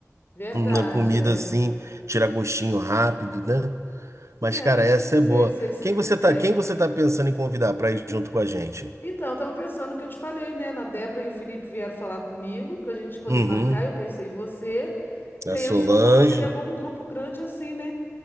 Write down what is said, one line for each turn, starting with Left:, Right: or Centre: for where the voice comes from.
Left: Verdade,
Right: Uma comida
Left: é.
Right: assim, tira gostinho rápido, né? Mas,
Left: É,
Right: cara,
Left: eu não
Right: essa
Left: sei
Right: é boa.
Left: se é esse
Right: Quem
Left: critério.
Right: você tá, quem você tá pensando em convidar para ir junto com a gente?
Left: Então, eu tava pensando o que eu te falei, né? Na Débora e o Felipe vieram falar comigo pra gente poder
Right: Uhum.
Left: marcar. Eu pensei em você.
Right: A
Left: Tem
Right: Solange.
Left: a Solange, seria bom um grupo grande assim, né?